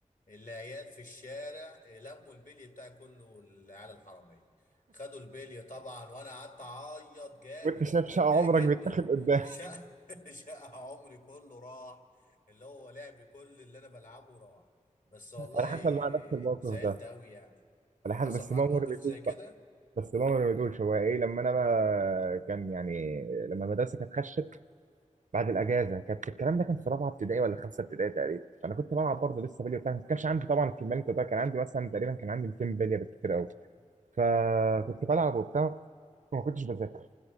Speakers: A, on the left; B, on the right.
A: العيال في الشارع لموا البلي بتاعي كله العيال الحراميه خدوا البلي طبعا وانا قعدت اعيط جامد
B: وانت شايف
A: كنت
B: شقه
A: متضايق
B: عمرك
A: جدا
B: بيتاخد قدام
A: شقى <laughs> شقى عمري كله راح اللي هو لعبي كل اللي انا بلعبه راح بس والله
B: انا حصل معايا نفس الموقف
A: زعلت
B: ده
A: قوي يعني
B: انا حصل
A: حصل
B: بس
A: معاك
B: ماما
A: موقف
B: ما رميتوش
A: زي كده
B: بقى بس ماما ما رميتوش هو ايه لما انا بقى كان يعني لما المدرسه كانت خشت بعد الاجازه كانت الكلام ده كان في رابعه ابتدائي ولا خمسه ابتدائي تقريبا فانا كنت بلعب برضه لسه بلي وبتاع ما كانش عندي طبعا الكميه اللي انت بتقولها، كان عندي مثلا تقريبا كان عندي 200 بليه بالكتير قوي فكنت
A: اه
B: بلعب وبتاع وما كنتش بذاكر